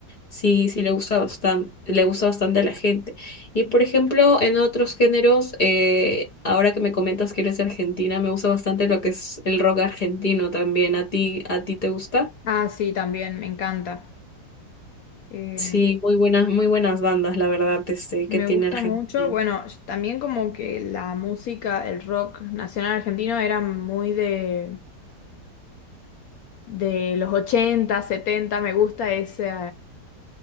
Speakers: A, on the left (about 45°); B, on the left (about 70°).
A: Sí, sí, le gusta bastante, le gusta bastante a la gente. Y por ejemplo, en otros géneros, eh, ahora que me comentas que eres de Argentina, me gusta bastante lo que es el rock argentino también. ¿A ti, a ti te gusta?
B: Ah, sí, también, me encanta. Eh,
A: Sí, muy buenas, muy buenas bandas, la verdad, este,
B: me
A: que tiene
B: gusta
A: Argentina.
B: mucho. Bueno, también como que la música, el rock nacional argentino era muy de, de los 80, 70. me gusta ese,